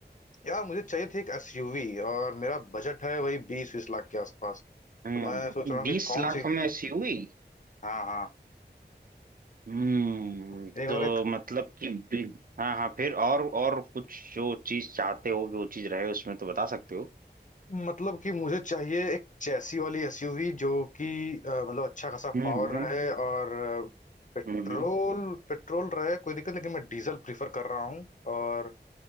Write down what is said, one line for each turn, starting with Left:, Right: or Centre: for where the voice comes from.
Left: यार मुझे चाहिए थी एक एसयूवी और मेरा बजट है वही बीस बीस लाख के आसपास
Right: हम्म
Left: तो मैं सोच रहा हूँ
Right: बीस
Left: कि कौन
Right: लाख
Left: सी
Right: में ऐसी हुई
Left: हाँ हाँ
Right: हम्म
Left: एक
Right: तो
Left: और एक
Right: मतलब कि बी- हाँ हाँ फिर और और कुछ जो चीज चाहते हो कि वो चीज रहे उसमें तो बता सकते हो
Left: मतलब कि मुझे चाहिए एक चैसी वाली एसयूवी जो कि अ, मतलब अच्छा खासा
Right: हम्म
Left: पावर
Right: हम्म
Left: रहे और अ, पेट्रोल
Right: हम्म, हम्म।
Left: पेट्रोल रहे कोई दिक्कत लेकिन मैं डीजल प्रीफर कर रहा हूँ और